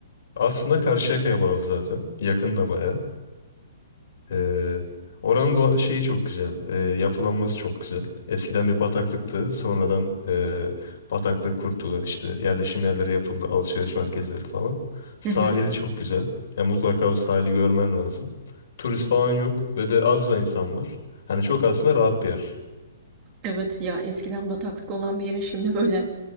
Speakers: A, on the left; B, on the right.
A: Aslında Karşıyaka'ya bağlı zaten. Yakın da bayağı. Ee, oranın doğa- şeyi çok güzel. Ee, yapılanması çok güzel. Eskiden bir bataklıktı. Sonradan ee, bataklığı kurtular işte. Yerleşim yerleri yapıldı. Alışveriş merkezleri falan. Sahili
B: hı hı.
A: çok güzel. Ya mutlaka o sahili görmen lazım. Turist falan yok ve de az da insan var. Hani çok aslında rahat bir yer.
B: Evet ya eskiden bataklık olan bir yere şimdi böyle